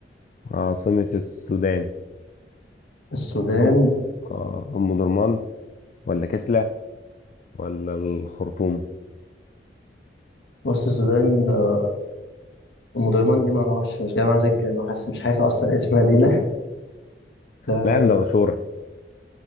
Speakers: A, on the left (about 45°); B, on the left (about 80°).
A: عاصمة السودان
B: السودان
A: أم آه، أم درمان ولا كسلة ولا الخرطوم
B: بص السودان آه، ام درمان دي ما ما اعرفش مش جاي معاها سكة انا حاسس مش حاسس اصلا اسم مدينة <laughs>
A: لا يا عم ده مشهورة